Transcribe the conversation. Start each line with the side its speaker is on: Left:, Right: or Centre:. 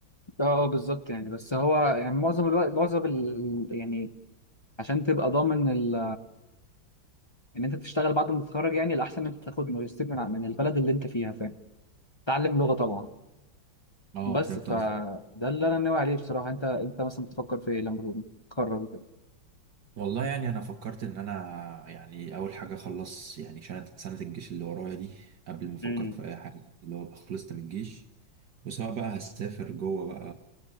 Left: اه آه، بالظبط يعني بس هو يعني معظم الوقت معظم ال... يعني عشان تبقى ضامن ال... ان انت تشتغل بعد ما تتخرج يعني الاحسن ان انت تاخد ماجستير من ع- من البلد اللي انت فيها فاهم تعلم لغه طبعا
Right: اه
Left: بس
Right: فهمت
Left: فده اللي انا ناوي عليه بصراحه انت انت مثلا بتفكر في ايه لما تتخرج كده
Right: والله يعني انا فكرت ان انا يعني اول حاجه اخلص يعني سنه سنه الجيش اللي ورايا دي قبل ما افكر
Left: امم
Right: في اي حاجه اللي هو ابقى خلصت من الجيش وسواء بقى هسافر جوه بقى